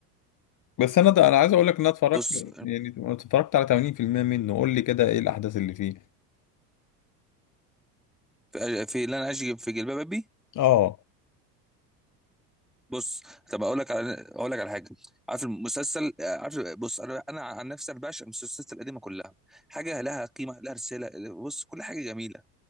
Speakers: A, on the left (about 40°); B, in the centre.
A: بس انا ده انا عايز اقول لك ان انا اتفرجت
B: بص
A: يعني اتفرجت على 80% منه قول لي كده ايه الاحداث اللي فيه
B: في في اللي انا اجي في جلباب ابي
A: اه
B: بص طب اقول لك على اقول لك على حاجه عارف المسلسل عارف بص انا انا عن نفسي انا بعشق المسلسلات القديمه كلها حاجه لها قيمه لها رساله بص كل حاجه جميله